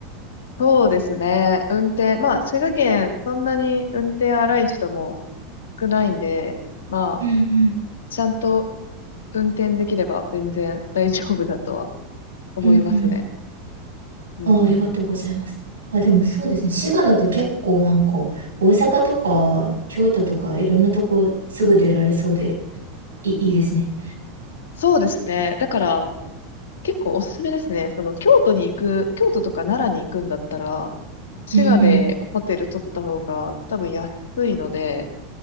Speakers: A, on the left (about 80°); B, on the right (about 90°).
A: そうですね。運転。まあ、滋賀県、そんなに運転荒い人も少ないんで、まあ、
B: うんう
A: ちゃんと運転できれば全然大丈夫だとは思いますね。
B: んうんうん
A: うん。
B: ああ、ありがとうございます。あ、でもそうですね。滋賀だと結構なんか、大阪とか京都とかいろんなとこすぐ出られそうでいい、いいですね。
A: そうですね。だから、結構おすすめですね。その、京都に行く、京都とか奈良に行くんだったら、滋賀でホテル取った方が多分安いので、
B: うん